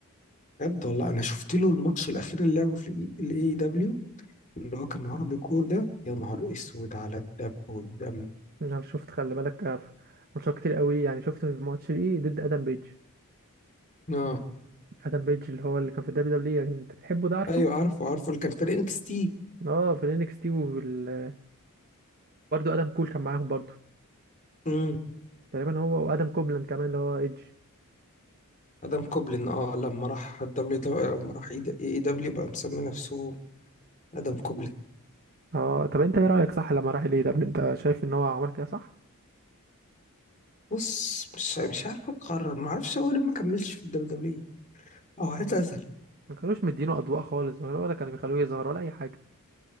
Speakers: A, on the left (about 35°); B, on the right (about 45°).
A: بجد والله انا شفت له الماتش الاخير اللي لعبه في الاي دبليو اللي هو كان هارد كور ده يا نهار اسود على الدب والدم
B: انا شفت خلي بالك ف- ماتشات كتير قوي ليه، يعني شفت في ماتش ليه ضد ادم بيج
A: اه
B: ادم بيج اللي هو اللي كان في الدبليو دبليو انت بتحبه ده عارفه
A: ايوه عارفه عارفه اللي كان في الانكس تي
B: اه في الانكس تي وبرده ادم كول كان معاهم برضه
A: امم
B: تقريبا هو وادم كوبلاند كمان اللي هو ايدج
A: ادم كوبلين اه لما راح الدبليو دو... لما راح اي دبليو بقى مسمي نفسه ادم كوبلين
B: اه طب انت ايه رايك صح لما راح ليه ده انت شايف ان هو عمل كده صح
A: بص مش مش عارف اقرر ما اعرفش هو ليه ما كملش في الدبليو دبليو او اعتزل
B: ما كانوش مدينه اضواء خالص ما كانوا- ولا كانوا بيخلوه يظهر ولا اي حاجه